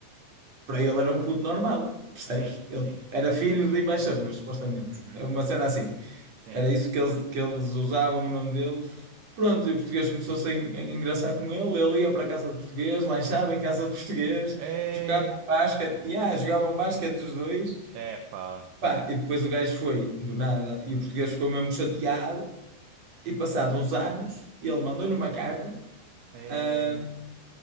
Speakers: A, on the right (about 35°); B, on the right (about 70°).
A: para ele era um puto normal, percebes?
B: Sim,
A: Ele
B: sim.
A: era filho de embaixadores, supostamente.
B: Uhum,
A: É uma cena assim.
B: sim.
A: Era isso que eles, que eles usavam o nome dele. Pronto, e o português começou-se a en- a engraçar com ele. Ele ia para a casa de português, lanchava em casa de português,
B: É.
A: jogavam basquete, yeah, jogavam basquete os dois.
B: É, pá.
A: Pá, e depois o gajo foi, do nada, e o português ficou mesmo chateado E passado uns anos, ele mandou-lhe uma carta,
B: É.
A: ah,